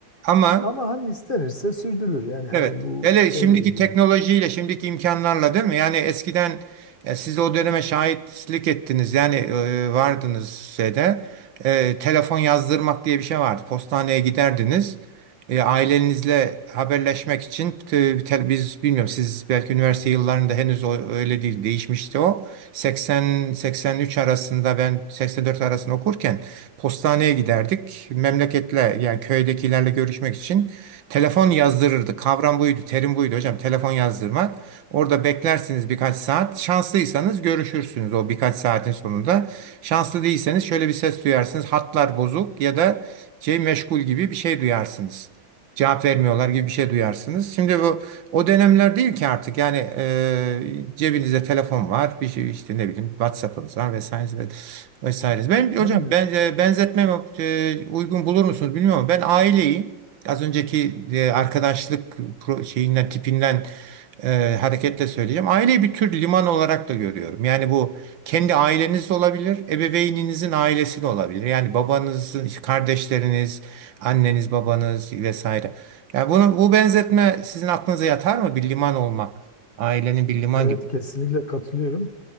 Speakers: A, on the right; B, on the left.
A: ama
B: Ama hani istenirse sürdürülür. Yani hani
A: Evet.
B: bu
A: Hele
B: şeyle
A: şimdiki
B: ilgili.
A: teknolojiyle, şimdiki imkanlarla değil mi? Yani eskiden e, siz o döneme şahitlik ettiniz. Yani e, vardınız şeyde. E, telefon yazdırmak diye bir şey vardı. Postaneye giderdiniz. E, ailenizle haberleşmek için te- te- biz bilmiyorum siz belki üniversite yıllarında henüz o, öyle değil değişmişti o. 80 83 arasında ben 84 arasında okurken postaneye giderdik. Memleketle yani köydekilerle görüşmek için. Telefon yazdırırdı. Kavram buydu, terim buydu hocam. Telefon yazdırmak. Orada beklersiniz birkaç saat. Şanslıysanız görüşürsünüz o birkaç saatin sonunda. Şanslı değilseniz şöyle bir ses duyarsınız. Hatlar bozuk ya da şey meşgul gibi bir şey duyarsınız. Cevap vermiyorlar gibi bir şey duyarsınız. Şimdi bu o dönemler değil ki artık. Yani e, cebinizde telefon var, bir şey işte ne bileyim WhatsApp'ınız var vesaire vesaire. Ben hocam
B: Aynen.
A: ben e, benzetmeme e, uygun bulur musunuz bilmiyorum. ama Ben aileyi Az önceki e, arkadaşlık pro- şeyinden tipinden e, hareketle söyleyeceğim. Aileyi bir tür liman olarak da görüyorum. Yani bu kendi aileniz de olabilir, ebeveyninizin ailesi de olabilir. Yani babanız, kardeşleriniz, anneniz, babanız vesaire. Yani bunu bu benzetme sizin aklınıza yatar mı? Bir liman olmak, ailenin bir liman
B: Evet
A: gibi.
B: kesinlikle katılıyorum.